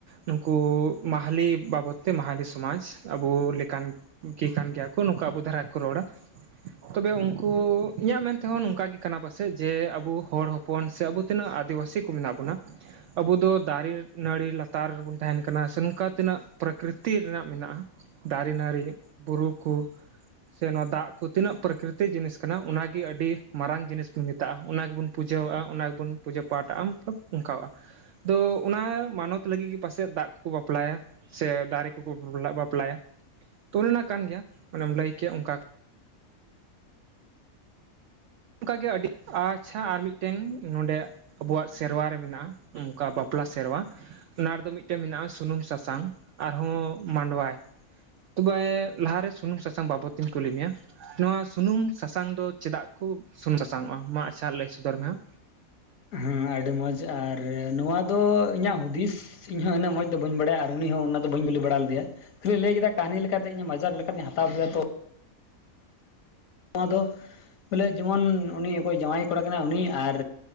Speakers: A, on the right (about 65°); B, on the left (about 70°).
A: ᱱᱩᱠᱩ ᱢᱟᱦᱟᱞᱤ ᱵᱟᱵᱚᱛ ᱛᱮ ᱢᱟᱦᱟᱞᱤ ᱥᱚᱢᱟᱡᱽ ᱟᱵᱚ ᱞᱮᱠᱟᱱ ᱜᱮ ᱠᱟᱱ ᱜᱮᱭᱟ ᱠᱚ ᱱᱚᱝᱠᱟ ᱟᱵᱚ ᱫᱷᱟᱨᱟ ᱜᱮᱠᱚ ᱨᱚᱲᱟ᱾ ᱛᱚᱵᱮ ᱩᱱᱠᱩ ᱤᱧᱟᱹᱜ ᱢᱮᱱᱛᱮᱦᱚᱸ ᱱᱚᱝᱠᱟᱜᱮ ᱠᱟᱱᱟ ᱯᱟᱥᱮᱜ, ᱡᱮ ᱟᱵᱚ ᱦᱚᱲ ᱦᱚᱯᱚᱱ ᱥᱮ ᱟᱵᱚ ᱛᱤᱱᱟᱹᱜ ᱟᱫᱤᱵᱟᱹᱥᱤ ᱠᱚ ᱢᱮᱱᱟᱜ ᱵᱚᱱᱟ ᱟᱵᱚ ᱫᱚ ᱫᱟᱨᱮ ᱱᱟᱹᱲᱤ ᱞᱟᱛᱟᱨ ᱨᱮᱵᱚᱱ ᱛᱟᱦᱮᱱ ᱠᱟᱱᱟ ᱥᱮ ᱱᱚᱝᱠᱟ ᱛᱤᱱᱟᱹᱜ ᱯᱨᱟᱠᱨᱤᱛᱤ ᱨᱮᱱᱟᱜ ᱢᱮᱱᱟᱜᱼᱟ᱾ ᱫᱟᱨᱮ ᱱᱟᱹᱲᱤ ᱵᱩᱨᱩ ᱠᱚ᱾ ᱥᱮ ᱱᱚᱣᱟ ᱫᱟᱜ ᱠᱚ ᱛᱤᱱᱟᱹᱜ ᱯᱨᱟᱠᱨᱤᱛᱤ ᱡᱤᱱᱤᱥ ᱠᱟᱱᱟ ᱚᱱᱟᱜᱮ ᱟᱹᱰᱤ ᱢᱟᱨᱟᱝ ᱡᱤᱱᱤᱥ ᱵᱚᱱ ᱢᱮᱛᱟᱜᱼᱟ᱾ ᱚᱱᱟ ᱜᱮᱵᱚᱱ ᱯᱩᱡᱟᱹᱣᱟᱜᱼᱟ ᱚᱱᱟ ᱜᱮᱵᱚᱱ ᱯᱩᱡᱟᱹ ᱯᱟᱴᱷᱟᱜᱼᱟ ᱢᱚᱛᱞᱚᱵᱽ ᱚᱱᱠᱟᱣᱼᱟ᱾ ᱫᱚ ᱚᱱᱟ ᱢᱟᱱᱚᱛ ᱞᱟᱹᱜᱤᱫ ᱜᱮ ᱯᱟᱥᱮᱫ ᱫᱟᱜ ᱠᱚᱠᱚ ᱵᱟᱯᱞᱟᱭᱟ᱾ ᱥᱮ ᱫᱟᱨᱮ ᱠᱚᱠᱚ ᱵᱟᱯᱞᱟ ᱵᱟᱯᱞᱟᱭᱟ᱾ ᱛᱩᱞᱱᱟ ᱠᱟᱱ ᱜᱮᱭᱟ ᱚᱱᱮᱢ ᱞᱟᱹᱭ ᱠᱮᱫ ᱚᱱᱠᱟ ᱚᱱᱠᱟ ᱜᱮ ᱟᱹᱰᱤ <inaudible> ᱟᱪᱪᱷᱟ ᱟᱨ ᱢᱤᱫᱴᱟᱹᱝ ᱱᱚᱸᱰᱮ ᱟᱵᱚᱣᱟᱜ ᱥᱮᱨᱣᱟᱨᱮ ᱢᱮᱱᱟᱜᱼᱟ, ᱚᱱᱠᱟ ᱵᱟᱯᱞᱟ ᱥᱮᱨᱣᱟ ᱚᱱᱟ ᱨᱮᱫᱚ ᱢᱤᱫᱴᱟᱹᱝ ᱢᱮᱱᱟᱜᱼᱟ᱾ ᱥᱩᱱᱩᱢ ᱥᱟᱥᱟᱝ ᱟᱨᱦᱚᱸ ᱢᱟᱸᱰᱣᱟᱭ᱾ ᱛᱚᱵᱮᱭ ᱞᱟᱦᱟᱨᱮ ᱥᱩᱱᱩᱢ ᱥᱟᱥᱟᱝ ᱵᱟᱵᱚᱛ ᱛᱤᱧ ᱠᱩᱞᱤ ᱢᱮᱭᱟ᱾ ᱱᱚᱣᱟ ᱥᱩᱱᱩᱢ ᱥᱟᱥᱟᱝ ᱫᱚ ᱪᱮᱫᱟᱜ ᱠᱚ ᱥᱩᱱᱩᱢ ᱥᱟᱥᱟᱝᱚᱜᱼᱟ? ᱢᱟ ᱟᱪᱪᱷᱟ ᱞᱟᱹᱭ ᱥᱚᱫᱚᱨ ᱢᱮ ᱟᱢ᱾
B: ᱦᱮᱸ ᱟᱹᱰᱤ ᱢᱚᱡᱽ ᱟᱨ ᱱᱚᱣᱟ ᱫᱚ ᱤᱧᱟᱹᱜ ᱦᱩᱫᱤᱥ ᱤᱧᱦᱚᱸ ᱤᱱᱟᱹᱜ ᱢᱚᱡᱽ ᱫᱚ ᱵᱟᱹᱧ ᱵᱟᱲᱟᱭᱟ᱾ ᱟᱨ ᱩᱱᱤ ᱦᱚᱸ ᱚᱱᱟ ᱫᱚ ᱵᱟᱹᱧ ᱠᱩᱞᱤ ᱵᱟᱲᱟ ᱞᱮᱫᱮᱭᱟ ᱠᱷᱟᱹᱞᱤ ᱞᱟᱹᱭ ᱠᱮᱫᱟᱭ ᱠᱟᱹᱦᱱᱤ ᱞᱮᱠᱟᱛᱮ ᱤᱧ ᱢᱟᱡᱟᱠ ᱞᱮᱠᱟᱛᱮ ᱤᱧ ᱦᱟᱛᱟᱣ ᱠᱮᱫᱟ ᱛᱚ᱾ ᱱᱚᱣᱟ ᱫᱚ ᱯᱟᱞᱮᱜ ᱡᱮᱢᱚᱱ ᱩᱱᱤ ᱚᱠᱚᱭ ᱡᱟᱶᱟᱭ ᱠᱚᱲᱟ ᱠᱟᱱᱟᱭ ᱩᱱᱤ ᱟᱨ